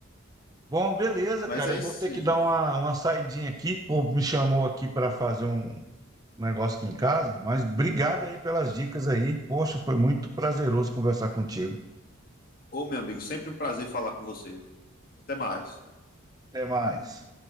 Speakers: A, on the right (about 15°); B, on the left (about 40°).
A: Bom, beleza,
B: Mas
A: cara.
B: é
A: Eu
B: isso
A: vou ter que
B: aí.
A: dar uma, uma saidinha aqui. O povo me chamou aqui para fazer um negócio aqui em casa, mas obrigado aí pelas dicas aí. Poxa, foi muito prazeroso conversar contigo.
B: Ô, meu amigo, sempre um prazer falar com você. Até mais.
A: Até mais.